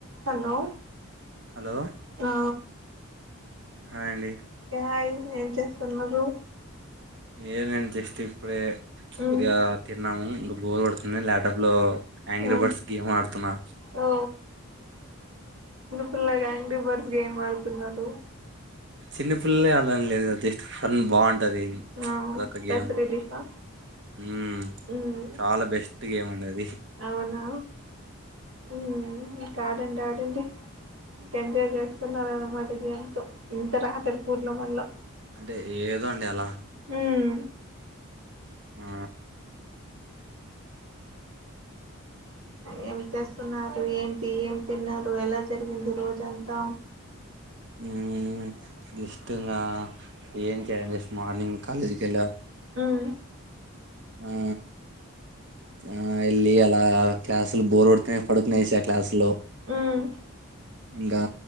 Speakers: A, on the right (about 70°); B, on the right (about 55°).
A: Hello
B: hello
A: ఆ
B: hi అండి
A: ఆయ్ ఏం చేస్తున్నరు
B: ఏలని జస్ట్ ఇప్పుడే
A: మ్మ్
B: కొదిగా తిన్నామూ బోర్ గొడ్తుంది ల్యాప్టాప్లో ఆంగ్రీబర్ట్స్
A: ఆ
B: గేమ్ ఆడుతున్నా
A: ఓ పుల్లాగా యాంగ్రీ బర్డ్స్ గేమ్ ఆడుతున్నారు
B: చిన్న పిల్లే ఆడని లేదు కదా జస్ట్ ఫన్ బాగుంటది
A: ఆ
B: అదొక
A: స్ట్రెస్
B: గేమ్
A: రిలీఫా
B: ఉమ్మ్
A: మ్మ్
B: చాలా బెస్ట్ గేమ్ అండది
A: అవునా ఉమ్ కా ఆడండి ఆడండి ఎంజాయ్ చేస్తున్నారు అన్నమాటకి గానీ తో ఇంత రాత్రి పూర్ లో మళ్ళ
B: అంటే ఏదో అండి అలా
A: మ్మ్
B: ఆ
A: ఏం చేస్తున్నారు, ఏంటి, ఏం తిన్నారు, ఎలా జరిగింది రోజంతా.
B: ఉమ్ జస్ట్ ఇంగ ఏం చేయాలే మార్నింగ్ కాలేజ్కి వెళ్ళ
A: మ్మ్
B: ఆ ఆ వెళ్ళి అలా క్లాసులు బోర్ కొడితే పడుకునెస క్లాసు లో
A: మ్మ్
B: ఇంకా